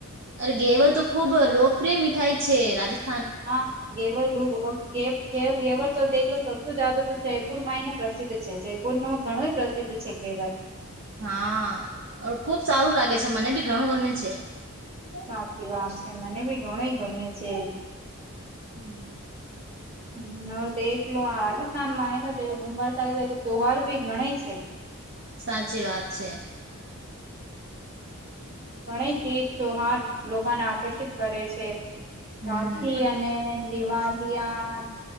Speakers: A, on the right; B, on the right.
A: અરે! ઘેવર તો ખૂબ લોકપ્રિય મીઠાઈ છે, રાજથ
B: હા. ગેવર લુવો ગે ગેવર તોખલો <unintelligible> તો જયપુર માંયને પ્રસિદ્ધ છે, જય પુરનો ઘણોય પ્રસિદ્ધ છે ઘેવર.
A: હા, ખુબ સારું લાગે છે, મને બી ઘણું ગમે છે.
B: સાચી વાત છે, મને ભી ઘણીયે ગમે છે.
A: હમ્મ
B: <inaudible> હમ્મ, હવે દેખલો આ રાજસ્થાન માં હેન પેલો <unintelligible> ત્યોવાર ભી ઘણેય છે.
A: સાચી વાત છે.
B: ઘણી તતીજ ત્યોહાર લોકોને આકર્ષિત કરે છે.
A: હમ
B: રાખી અને દિવાલિયા